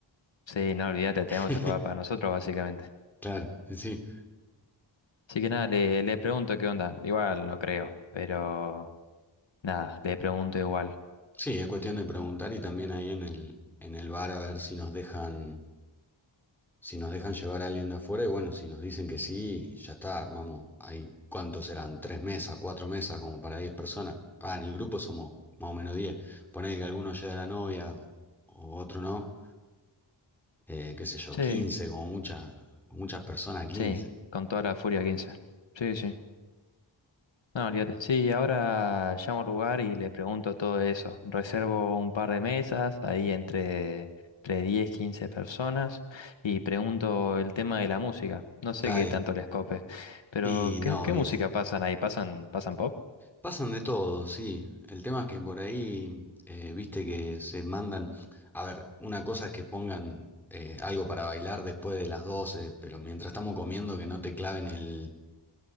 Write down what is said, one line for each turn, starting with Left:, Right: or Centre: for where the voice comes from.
Left: Sí, no olvídate, tenemos
Centre: <laughs>
Left: el lugar para nosotros básicamente.
Centre: Claro, sí.
Left: Así que nada, le, le pregunto qué onda. Igual no creo, pero nada, le pregunto igual.
Centre: Sí, es cuestión de preguntar y también ahí en el, en el bar a ver si nos dejan, si nos dejan llevar a alguien de afuera y bueno, si nos dicen que sí, ya está, armamos ahí, ¿cuántos serán? ¿Tres mesas, cuatro mesas como para diez personas? Ah, en el grupo somos más o menos diez. Poné que alguno lleve a la novia o, o otro no, eh, qué sé yo,
Left: Sí,
Centre: quince como muchas, muchas personas, quince.
Left: sí, con toda la furia 15. Sí, sí. No, olvídate. Sí, ahora llamo al lugar y le pregunto todo eso. Reservo un par de mesas, ahí entre, entre 10 15 personas, y pregunto el tema de la música. No sé
Centre: Dale.
Left: qué tanto les cope, pero
Centre: Y
Left: ¿qué,
Centre: no,
Left: qué
Centre: viste.
Left: música pasan ahí? ¿Pasan, pasan pop?
Centre: Pasan de todo, sí. El tema es que por ahí, eh, viste que se mandan, a ver, una cosa es que pongan eh, algo para bailar después de las 12, pero mientras estamos comiendo que no te claven el